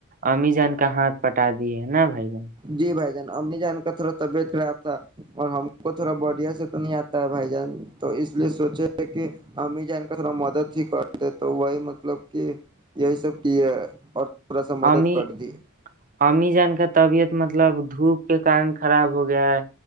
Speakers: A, on the right; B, on the right.
A: امی جان کا ہاتھ پٹا دی ہے نا بھائی جان
B: جی بھائی ج امی جان کا تھوڑا طبیعت خراب تھا اور ہم کو تھوڑا بڑھیا سے تو نہیں آتا ہے بھائی جان تو اس لیے سوچے کہ امی جان کا تھوڑا مدد ہی کرتے تو وہی مطلب کہ یہی سب کیے اور تھورا سا مدد
A: امی
B: کرد
A: امی جان طبیعت مطلب دھوپ کے کار خراب ہو گیا ہے